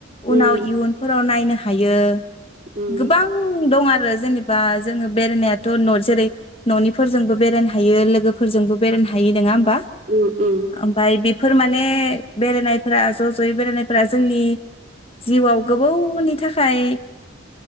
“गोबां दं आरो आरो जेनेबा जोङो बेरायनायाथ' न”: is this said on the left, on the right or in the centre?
Left